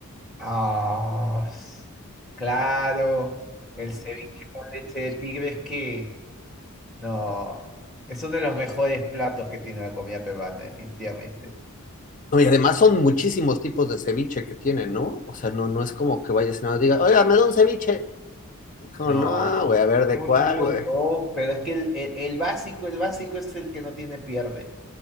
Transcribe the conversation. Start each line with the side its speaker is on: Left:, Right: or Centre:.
Centre: Ah, s- claro, el ceviche con leche de tigre es que no, es uno de los mejores platos que tiene la comida peruana, definitivamente.
Left: No, y además son muchísimos tipos de ceviche que tienen, ¿no? O sea, no, no es como que vayas y nada más diga, oiga, me da un ceviche. Como,
Centre: No.
Left: no, güey, a ver
Centre: Es
Left: de
Centre: un
Left: cuál,
Centre: montón,
Left: güey.
Centre: pero es que el, el- el básico, el básico es el que no tiene pierde.